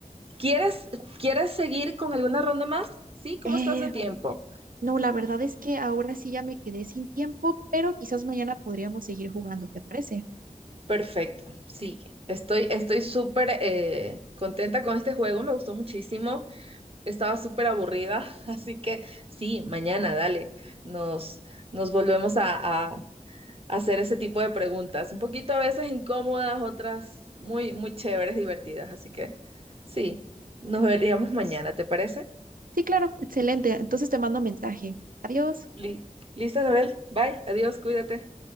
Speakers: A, on the right; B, on the right.
A: ¿Quieres, quieres seguir con alguna ronda más? Sí, ¿cómo
B: Eh,
A: estás de tiempo?
B: no, la verdad es que ahora sí ya me quedé sin tiempo, pero quizás mañana podríamos seguir jugando, ¿te parece?
A: Perfecto, sigue. Estoy, estoy súper eh, contenta con este juego, me gustó muchísimo. Estaba súper aburrida, <laughs> así que sí, mañana, dale, nos, nos volvemos a, a- a hacer ese tipo de preguntas. Un poquito a veces incómodas, otras muy, muy chéveres, divertidas, así que sí, nos veríamos mañana, ¿te parece?
B: Sí, claro, excelente. Entonces te mando mensaje. Adiós.
A: Li- Listo, Anabel. Bye. Adiós. Cuídate.